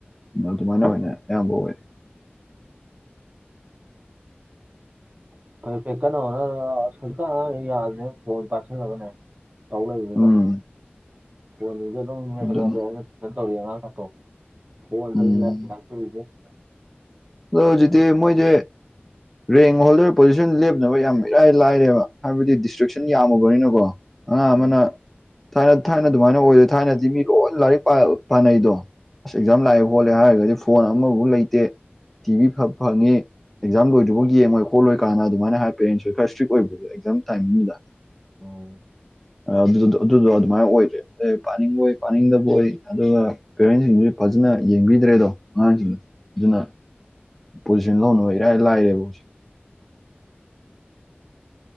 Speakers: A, in the centre; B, on the right.
A: ꯑꯗꯨꯃꯥꯏꯅ ꯑꯣꯏꯅ ꯑꯌꯥꯝꯕ ꯑꯣꯏ
B: ꯑꯩ <unintelligible> ꯍꯧꯖꯤꯛꯀꯥꯟ ꯑꯉꯥꯡꯉꯩ ꯌꯥꯗ꯭ꯔꯦ ꯐꯣꯟ ꯄꯥꯏꯁꯤꯜꯂꯒꯅꯦ ꯇꯧ ꯂꯩꯕꯅꯤꯗꯣ
A: ꯎꯝ
B: ꯐꯣꯟꯖꯤꯡꯖꯦ ꯑꯗꯨꯝ <unintelligible>
A: ꯑꯗꯨꯅ
B: ꯐꯖꯅ ꯇꯧꯔꯤ ꯑꯉꯥꯡ ꯀꯥꯇꯣ ꯐꯣꯟ <unintelligible>
A: ꯎꯝ ꯑꯗꯣ ꯍꯧꯖꯤꯛꯇꯤ ꯃꯣꯏꯖꯤ
B: <inaudible>
A: ꯔꯦꯡ ꯍꯣꯜꯗꯔ ꯄꯣꯖꯤꯁꯟ ꯂꯦꯞꯅꯕ ꯌꯥꯝ ꯏꯔꯥꯏ ꯂꯥꯏꯔꯦꯕ ꯍꯥꯏꯕꯗꯤ ꯗꯤꯁꯇ꯭ꯔꯦꯛꯁꯟ ꯌꯥꯝꯃꯕꯅꯤꯅꯀꯣ ꯑꯉꯥꯡ ꯑꯃꯅ
B: ꯎꯝ
A: ꯊꯥꯏꯅ ꯊꯥꯏꯅ ꯑꯗꯨꯃꯥꯏꯅ ꯑꯣꯏꯗ꯭ꯔꯦ ꯊꯥꯏꯅꯗꯤ ꯃꯤ ꯂꯣꯏ ꯂꯥꯏꯔꯤꯛ ꯄꯥ ꯄꯥꯅꯩꯗꯣ ꯑꯁ ꯑꯦꯛꯖꯥꯝ ꯂꯥꯛꯑꯦ ꯈꯣꯠꯂꯦ ꯍꯥꯏꯔꯒꯗꯤ ꯐꯣꯟ ꯑꯃꯕꯧ ꯂꯩꯇꯦ ꯇꯤꯚꯤ ꯐ ꯐꯪꯉꯤ ꯑꯦꯛꯖꯥꯝ ꯂꯣꯏꯗ꯭꯭ꯔꯤꯐꯥꯎ ꯌꯦꯡꯉꯣꯏ ꯈꯣꯠꯂꯣꯏ ꯀꯥꯟꯅ ꯑꯗꯨꯃꯥꯏꯅ ꯍꯥꯏꯕ ꯄꯦꯔꯦꯟꯁꯁꯨ ꯈꯔ ꯏꯁꯇ꯭ꯔꯤꯛ ꯑꯣꯏꯕ ꯑꯦꯛꯖꯥꯝ ꯇꯥꯏꯃꯤꯡꯗꯨꯗ
B: <inaudible>
A: ꯑ ꯑꯗꯨ ꯑꯗꯨꯗꯣ ꯑꯗꯨꯃꯥꯏ ꯑꯣꯏꯗ꯭ꯔꯦ <unintelligible> ꯄꯥꯅꯤꯡꯕꯣꯏ ꯄꯥꯅꯤꯡꯗꯕꯣꯏ ꯑꯗꯨꯒ ꯄꯦꯔꯦꯟꯖꯤꯡꯖꯨ ꯐꯖꯅ ꯌꯦꯡꯕꯤꯗ꯭ꯔꯦꯗꯣ ꯑꯉꯥꯡꯖꯤꯡ ꯑꯗꯨꯅ ꯄꯣꯖꯤꯁꯟ ꯂꯧꯅꯕ ꯏꯔꯥꯏ ꯂꯥꯏꯔꯦꯕ